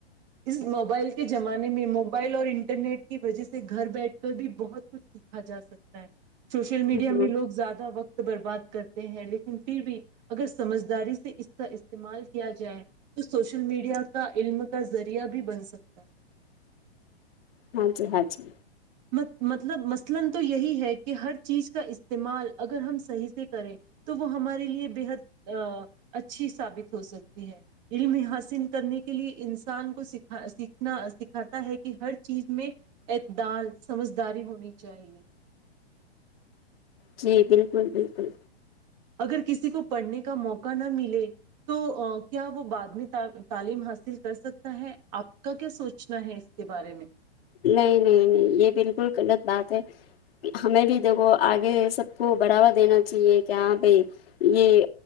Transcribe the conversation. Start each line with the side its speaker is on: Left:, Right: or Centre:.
Right: اس موبائل کے زمانے میں موبائل اور انٹرنیٹ کی وجہ سے گھر بیٹھ کر بھی بہت کچھ سیکھا جا سکتا ہے سوشل میڈیا
Left: ہاں
Right: میں لوگ زیادہ وقت برباد کرتے ہیں لیکن پھر بھی اگر سمجھداری سے اس کا استعمال کیا جائے تو سوشل میڈیا کا علم کا ذریعہ بھی بن سکتا ہے
Left: ہاں جی ہاں جی
Right: مطلب مثلا تو یہی ہے کہ ہر چیز کا استعمال اگر ہم صحیح سے کریں تو وہ ہمارے لیے بے حد اچھی ثابت ہو سکتی ہے علم ہی حاصل کرنے کے لیے انسان کو سیکھنا سکھاتا ہے کہ ہر چیز میں اعتدال سمجھداری ہونی چاہیے
Left: جی بالکل بالکل
Right: اگر کسی کو پڑھنے کا موقع نہ ملے تو کیا وہ بعد میں تعلیم حاصل کر سکتا ہے آپ کا کیا سوچنا ہے اس کے بارے میں
Left: نہیں نہیں نہیں یہ بالکل غلط بات ہے ہمیں بھی دیکھو آگے سب کو بڑھاوا دینا چاہیے کہ ہاں بھائی یہ